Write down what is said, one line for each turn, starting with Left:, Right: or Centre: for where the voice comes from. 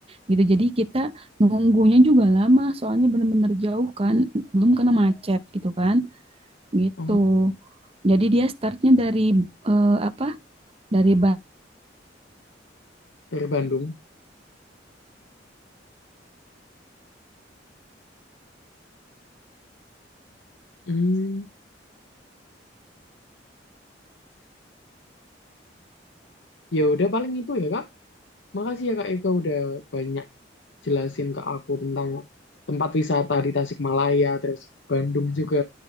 Right: gitu. Jadi kita nunggunya juga lama, soalnya bener-bener jauh kan, belum kena macet gitu kan. gitu.
Left: Oh
Right: Jadi dia startnya dari eh, apa? Dari ba-
Left: dari Bandung. Hmm, ya udah paling itu ya Kak. Makasih ya Kak Eka udah banyak jelasin ke aku tentang tempat wisata di Tasikmalaya, terus Bandung juga,